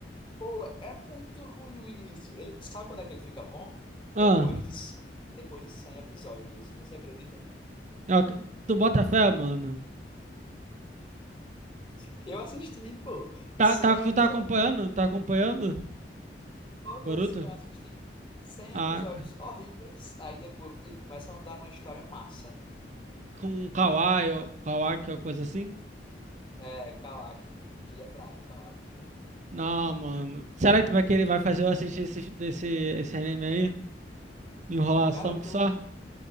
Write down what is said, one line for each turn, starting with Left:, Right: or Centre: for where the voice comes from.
Left: Pô, é muito ruim o início. Ele... Sabe quando é que ele fica bom?
Right: Ah,
Left: Depois de 100, depois de cem episódios. Você acredita?
Right: ó, tu bota fé, mano.
Left: Eu assisti, pô,
Right: Tá,
Left: 100
Right: tá, tu
Left: episódios.
Right: tá acompanhando? Tá acompanhando?
Left: Eu
Right: Boruto?
Left: tô assim, eu assisti 100
Right: Ah,
Left: episódios
Right: ca-
Left: horríveis. Aí depois ele começa a andar numa história massa.
Right: com o Kawai ou Kawaki ou coisa assim?
Left: É, Kawaki. o- E é brabo o Kawaki, viu?
Right: Não, mano. Será que tu vai querer, vai fazer eu assistir esse, esse, esse anime aí? Enrolação
Left: Cara,
Right: que
Left: tu
Right: só?